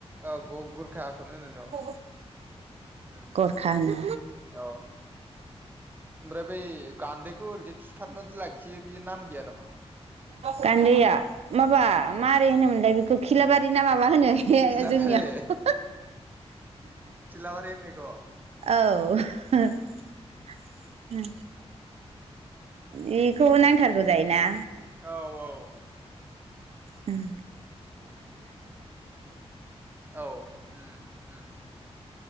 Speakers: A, on the right; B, on the right.
A: औ ग-गुरखाखौनो होनो न'?
B: ओ
A: उम-उम
B: गरखा होनो
A: औ ओमफ्राय बै गान्दैखौ ओरैजाय थुथाबनानै लाखियो बे नाम गैया नामा
B: गान्दैया माबा मारै होनोमोनलाय बे खौ खिलाबारि ना माबा होनो
A: खिलाबारि
B: जोंनियावश
A: खिलाबारि होनो इखौ
B: औ। उम। बेखौ नांथारगौ जायोना।
A: औ-औ।
B: उम।
A: औ उम-उम।